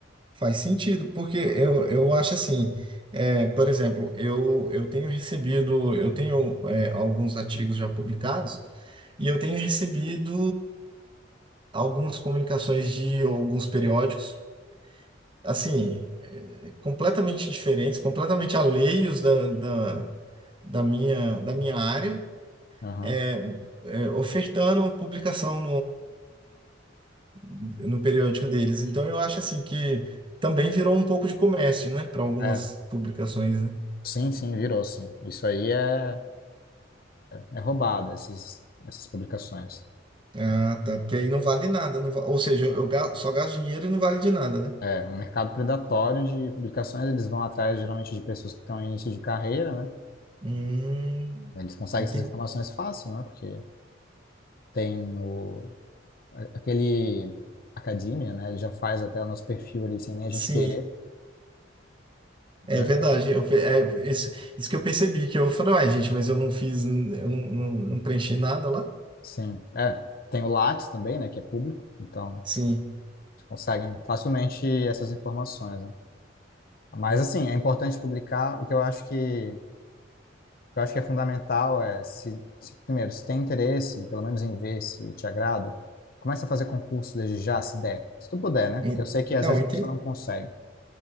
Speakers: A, on the right (about 25°); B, on the left (about 50°).
A: Faz sentido, porque eu, eu acho assim, é, por exemplo, eu, eu tenho recebido, eu tenho é, alguns artigos já publicados e eu tenho recebido algumas comunicações de alguns periódicos, assim, é, completamente diferentes, completamente alheios da, da, da minha, da minha área,
B: Aham.
A: é, é, ofertando publicação no periódico deles. Então eu acho assim que também virou um pouco de comércio, né, para algumas
B: É.
A: publicações, né?
B: Sim, sim, virou sim. Isso aí é, é roubado, esses, essas publicações.
A: Ah, tá, porque aí não vale nada, não va- ou seja, eu ga- só gasto dinheiro e não vale de nada, né?
B: É, um mercado predatório de publicações, eles vão atrás geralmente de pessoas que estão em início de carreira, né?
A: Hum,
B: Eles conseguem
A: entendi.
B: essas informações fácil, né? Porque tem o, a- aquele academia, né? Ele já faz até o nosso perfil ali sem nem a gente
A: Sim,
B: querer,
A: é
B: né?
A: verdade. Eu, pe- é, isso, isso que eu percebi, que eu falei, uai, gente, mas eu não fiz, n- eu não, não, não preenchi nada lá.
B: Sim, é. Tem o Lattes também, né? Que é público, então
A: Sim.
B: eles conseguem facilmente essas informações, né? Mas assim, é importante publicar. O que eu acho que, que eu acho que é fundamental é se, se primeiro se tem interesse, pelo menos em ver se te agrada, começa a fazer concurso desde já, se der, se tu puder, né?
A: En-
B: Porque eu sei que às
A: Não,
B: vezes
A: enten-
B: a pessoa não consegue,